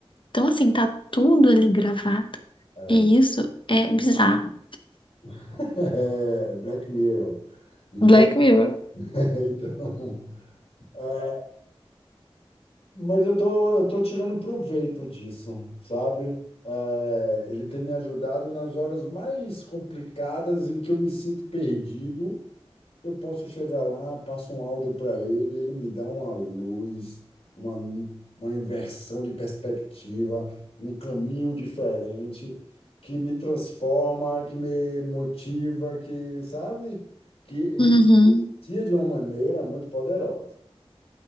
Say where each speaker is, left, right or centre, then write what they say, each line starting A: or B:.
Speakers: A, on the left (about 55°); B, on the left (about 75°).
A: Então, assim, tá tudo ali gravado.
B: é,
A: E isso é bizarro.
B: <laughs> é, Black Mirror. Então,
A: Black Mirror.
B: <laughs> então é, mas eu tô, eu tô tirando proveito disso, sabe? É, ele tem me ajudado nas horas mais complicadas em que eu me sinto perdido Eu posso chegar lá, passo um áudio para ele, ele me dá uma luz, uma, uma inversão de perspectiva, um caminho diferente que me transforma, que me motiva, que, sabe, que
A: Uhum.
B: influencia de uma maneira muito poderosa.